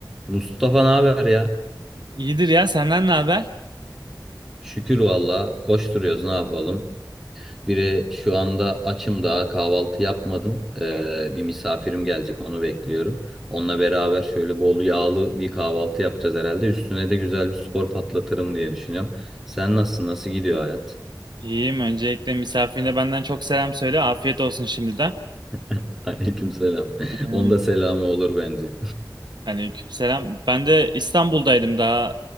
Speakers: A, in the centre; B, on the right.
A: Mustafa ne haber ya?
B: İyidir ya senden ne haber?
A: Şükür valla koşturuyoruz ne yapalım. Biri şu anda açım daha kahvaltı yapmadım. Ee, bir misafirim gelecek onu bekliyorum. Onunla beraber şöyle bol yağlı bir kahvaltı yapacağız herhalde. Üstüne de güzel bir spor patlatırım diye düşünüyorum. Sen nasılsın? Nasıl gidiyor hayat?
B: İyiyim. Öncelikle misafirine benden çok selam söyle. Afiyet olsun şimdiden.
A: <laughs> Aleykümselam. <laughs>
B: Ee,
A: Onda selamı olur bence.
B: aleykümselam. Ben de İstanbul'daydım daha.